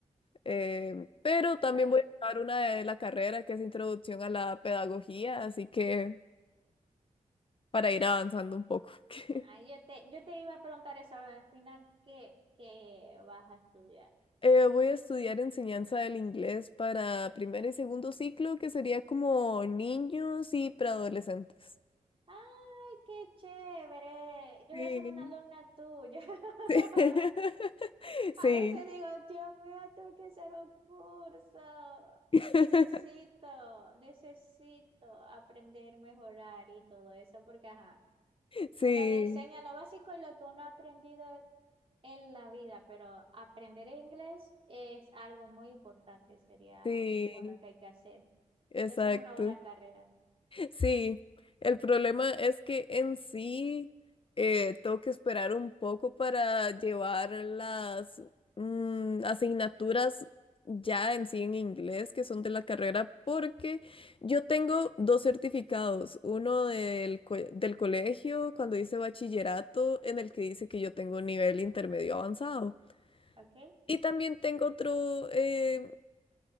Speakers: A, on the left (about 40°); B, on the right (about 40°).
A: Eh, pero también
B: pero
A: voy a sacar una de la carrera que es Introducción a la Pedagogía, así que para ir avanzando un poco. <laughs>
B: ah yo te, yo te iba a preguntar eso al final, ¿qué, qué vas a estudiar?
A: Eh, voy a estudiar enseñanza del inglés para primer y segundo ciclo, que sería como niños y preadolescentes.
B: Ay, qué chévere. Yo
A: Sí,
B: voy a ser una alumna tuya. <laughs>
A: sí, <laughs> sí,
B: A veces digo, Dios mío, esto que hacer un curso.
A: <laughs>
B: Necesito, necesito aprender, mejorar y todo eso, porque ajá,
A: sí,
B: uno le enseña lo básico y lo que uno ha aprendido en la vida, pero aprender inglés es algo muy importante, sería
A: sí,
B: algo muy bueno que hay que hacer.
A: exacto.
B: Entonces es una buena carrera,
A: Sí, el problema es que en sí eh, tengo que esperar un poco para llevar las mm, asignaturas ya en sí en inglés que son de la carrera porque yo tengo dos certificados, uno del, co- del colegio cuando hice bachillerato en el que dice que yo tengo un nivel intermedio avanzado.
B: ¿ok?
A: Y también tengo otro eh,